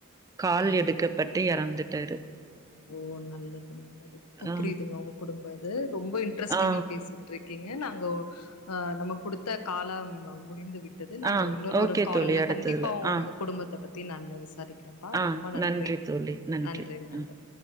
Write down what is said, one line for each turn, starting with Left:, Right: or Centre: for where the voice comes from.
Right: கால்
Left: ம்
Right: எடுக்கப்பட்டு எறந்துட்டாரு
Left: ஓ நல்லது நல்லது இப்ப
Right: ஆ
Left: புரியுதுங்க ஒங்க குடும்பொ இது ரொம்ப இன்ட்ரெஸ்டிங்கா
Right: ஆ
Left: பேசி ட்ருக்கீங்க நாங்க ஆ நம்ம குடுத்த காலம் முடிந்து விட் டது நாங்க
Right: ஆ
Left: இன்னொரு
Right: ஓகே
Left: ஒரு கால்ல
Right: தோழி அடுத்ததுல
Left: கண்டிப்பா
Right: ஆ
Left: ஒங்க குடும்பத்த பத்தி நானு விசாரிக் க்கிறப்பா
Right: ஆ
Left: ரொம்ப நன்றி
Right: தோழி
Left: நன்றி நன்றி
Right: ம்